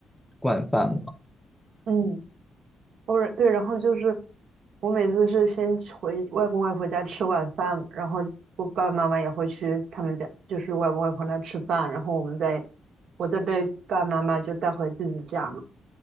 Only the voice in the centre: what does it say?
惯犯了。